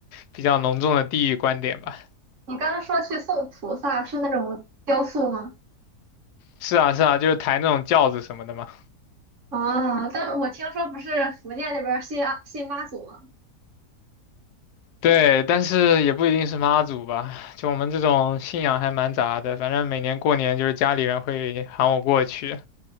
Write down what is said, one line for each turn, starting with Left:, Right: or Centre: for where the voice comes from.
Left: 比较浓重的地域观点吧。
Right: 你刚刚说去送菩萨是那种雕塑吗？
Left: 是啊，是啊，就是抬那种轿子什么的嘛。
Right: 哦，但我听说不是福建那边儿信啊信妈祖吗？
Left: 对，但是也不一定是妈祖吧，就我们这种信仰还蛮杂的。反正每年过年就是家里人会喊我过去，